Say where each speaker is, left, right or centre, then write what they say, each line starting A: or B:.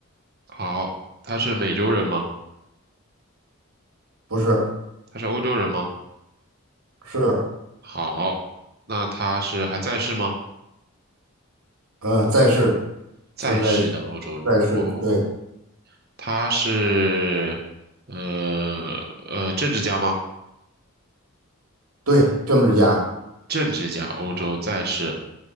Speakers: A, on the right (about 45°); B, on the right (about 85°).
A: 好，他是美洲人吗？
B: 不是
A: 他是欧洲人吗？
B: 是，
A: 好，那他是还在世吗？
B: 呃，在世，
A: 在世的欧洲人。
B: 现在在世，
A: 哦，
B: 对
A: 他是呃呃政治家吗？
B: 对，政治家，
A: 政治家，欧洲在世。